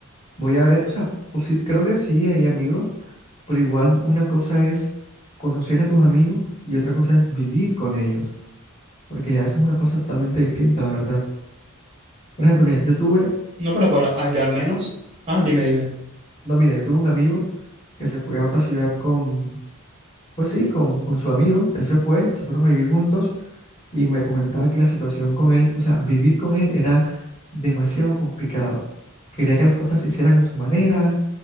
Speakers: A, on the left; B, on the right.
A: Voy a ver, o sea, pues sí, creo que sí hay amigos Pero igual una cosa es conocer a tus amigos y otra cosa es vivir con ellos, porque ya eso es una cosa totalmente distinta, la verdad. Por ejemplo, mira, yo tuve,
B: No, pero por- ah, yo al menos. Ah, dime, dime.
A: no, mira, yo tuve un amigo que se fue a otra ciudad con, pues sí, con, con su amigo, él se fue, se fueron a vivir juntos y me comentaba que la situación con él, o sea, vivir con él era demasiado complicado. Quería que las cosas se hicieran a su manera,